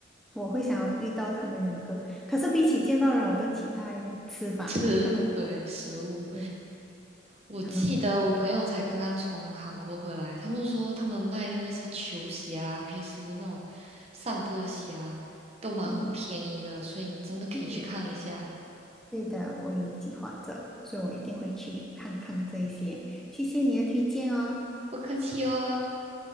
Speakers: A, in the centre; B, on the right.
A: 我会想要遇到他们两个，可是比起见到人，我更期待吃吧。
B: 吃，
A: 他们，
B: 对，食物。
A: 对
B: 我记得我朋友才刚刚从韩国回来，
A: 他们的
B: 他们说他们卖的那些球鞋啊，平时那种散步的鞋啊，都蛮便宜的，
A: 嗯，
B: 所以你真的可以去看一下。
A: 嗯对的，我有计划着，所以我一定会去看看这一些。谢谢你的推荐哦，
B: 不客气哦，